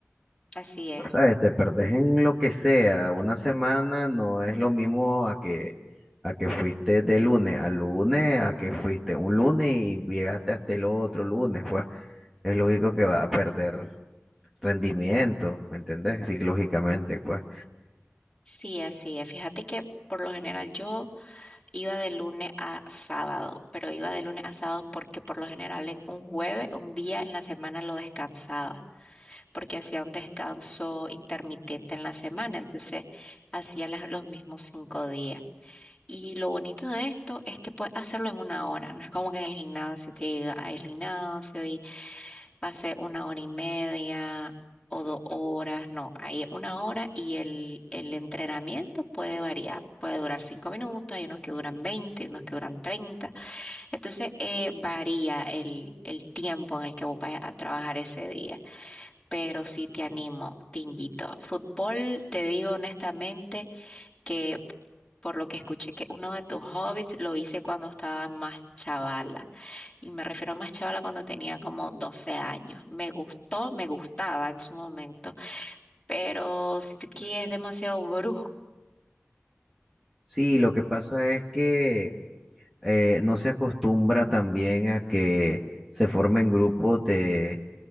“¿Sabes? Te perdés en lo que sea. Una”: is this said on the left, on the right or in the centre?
Centre